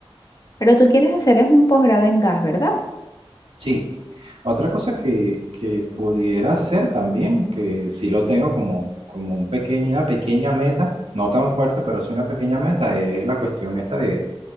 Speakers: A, on the left (about 40°); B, on the right (about 85°).
A: Pero tú quieres hacer es un posgrado en gas, ¿verdad?
B: Sí, Otra cosa que, que pudiera ser también, que si lo tengo como, como un pequeño, una pequeña meta, no tan fuerte, pero sí una pequeña meta, es la cuestión esta de,